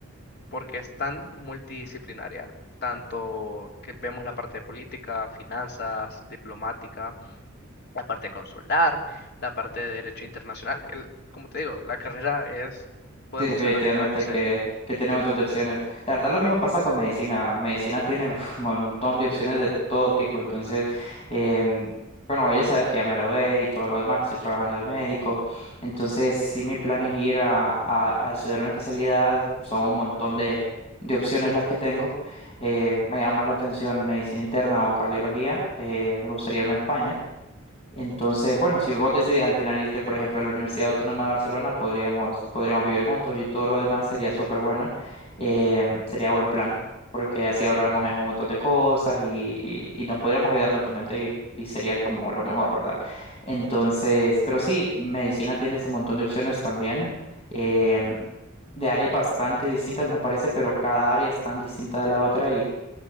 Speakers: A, on the left (about 50°); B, on the left (about 30°).
A: porque es tan multidisciplinaria, tanto que vemos la parte de política, finanzas, diplomática la parte consular, la parte de derecho internacional. El, como te digo, la carrera es, podemos
B: Sí, definitivamente
A: ser lo que queramos ser.
B: que, que tiene un montón de opciones. La verdad, lo mismo pasa con medicina. Medicina tiene un montón de opciones de todo tipo. Entonces, em, bueno, ya sabes que ya me gradué y todo lo demás, estoy trabajando de médico. Entonces, sí, mi plan es ir a, a, a estudiar una especialidad. Son un montón de, de opciones las que tengo. Eh, me llama más la atención medicina interna o cardiología. Eh, me gustaría irme a España Entonces, bueno, si vos decidís al final irte, por ejemplo, a la Universidad Autónoma de Barcelona, podríamos, podríamos vivir juntos y todo lo demás sería súper bueno. Em, sería buen plan, porque así ahorramos en un montón de cosas y, y- y nos podríamos ayudar mutuamente y, y sería como lo mejor, ¿verdad? Entonces, pero sí, medicina tiene ese montón de opciones también, em, de áreas bastante distintas, nos parece, pero cada área es tan distinta de la otra